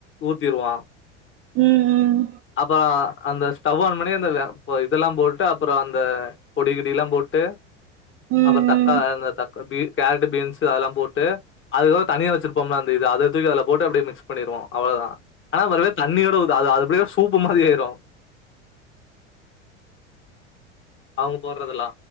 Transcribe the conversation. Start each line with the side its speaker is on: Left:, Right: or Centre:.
Left: ஊத்திருவோ
Right: ம் ம்
Left: அப்பறோ அந்த ஸ்டவ் ஆன் பண்ணி அந்த வெ பொ இதெல்லா போட்டு அப்பறொ அந்த பொடிகிடிலாம் போட்டு
Right: ம்
Left: அப்பற தக்கா
Right: ம்
Left: இந்த தக்க பி கேரட் பீன்ஸ் அதெல்லா போட்டு அதுக்கப்ற தனியா வச்சிருப்போம்லா அந்த இது அத தூக்கி அதுல போட்டு அப்டியே மிக்ஸ் பண்ணிருவோ அவ்ளோதா ஆனா மறுபடி தண்ணியோட உது அது அது அப்படியே சூப்பு மாதிரி ஆயிரு அவங்க போடுறதுலா